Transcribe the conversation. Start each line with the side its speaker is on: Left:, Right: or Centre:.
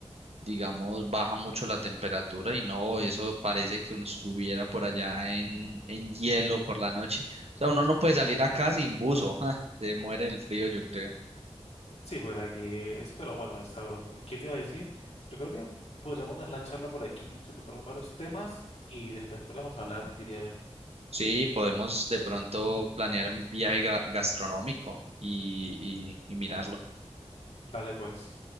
Right: digamos, baja mucho la temperatura y no, eso parece que uno estuviera por allá en, en hielo por la noche. O sea, uno no puede salir acá sin buzo, <laughs> ja, se muere el frío, yo creo.
Left: Sí, por aquí es, pero bueno, es sabroso. ¿Y ¿Qué te iba a decir? Yo creo que podríamos dejar la charla por aquí, se tocaron varios temas y después podemos hablar, diría yo.
Right: Sí, podemos de pronto planear un viaje gra- gastronómico y, y, y mirarlo.
Left: Dale pues.